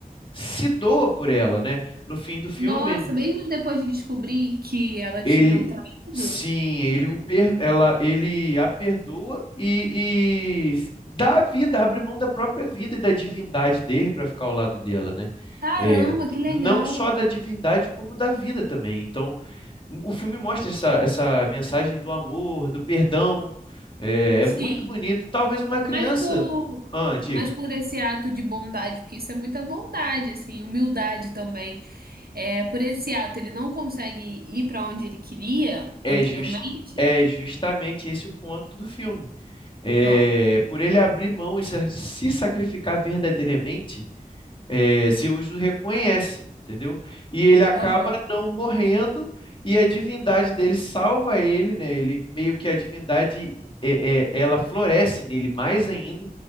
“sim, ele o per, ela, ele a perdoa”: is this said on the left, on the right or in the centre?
Left